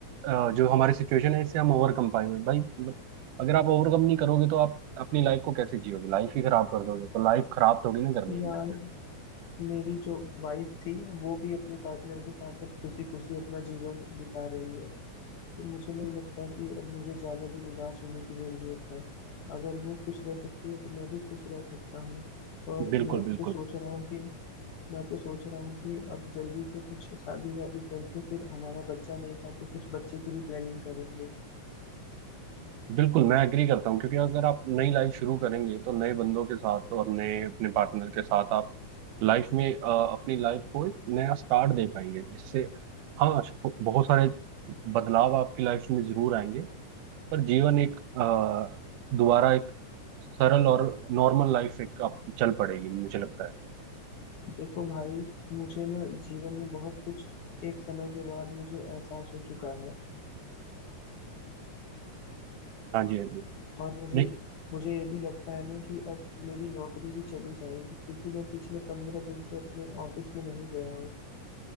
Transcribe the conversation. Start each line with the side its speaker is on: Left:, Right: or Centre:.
Right: अ, जो हमारी सिचुएशन है इससे हम ओवरकम पाएंगे भाई मतलब अगर आप ओवरकम नहीं करोगे तो आप अपनी लाइफ को कैसे जियोगे लाइफ ही खराब कर दोगे तो लाइफ खराब थोड़ी ना करनी है
Left: यार
Right: हमने
Left: मेरी जो वाइफ थी वो भी अपने पार्टनर के साथ अब खुशी खुशी अपना जीवन बिता रही है तो मुझे नहीं लगता कि अब मुझे ज्यादा दिन उदास होने की जरूरत है अगर वो खुश रह सकती है तो मैं भी खुश रह सकता हूँ और
Right: बिल्कुल
Left: मैं
Right: बिल्कुल
Left: तो सोच रहा हूँ कि मैं तो सोच रहा हूँ कि अब जल्दी से कुछ शादी वादी करके फिर हमारा बच्चा नहीं था तो कुछ बच्चे की भी प्लानिंग करेंगे
Right: बिल्कुल मैं एग्री करता हूँ क्योंकि अगर आप नई लाइफ शुरू करेंगे तो नए बंदों के साथ और नए अपने पार्टनर के साथ आप लाइफ में अ, अपनी लाइफ को एक नया स्टार्ट दे पाएंगे जिससे हाँ श- बहुत सारे बदलाव आपकी लाइफ में जरूर आएंगे पर जीवन एक अ, दोबारा एक सरल और नॉर्मल लाइफ एक आप चल पड़ेगी मुझे लगता है
Left: देखो भाई मुझे ना जीवन में बहुत कुछ एक समय के बाद मुझे एहसास हो चुका है
Right: हाँ जी हाँ जी
Left: और मुझे
Right: नहीं
Left: मुझे ये भी लगता है ना कि अब मेरी नौकरी भी चली जाएगी क्योंकि मैं पिछले पंद्रह दिन से अपने ऑफिस में नहीं गया हूँ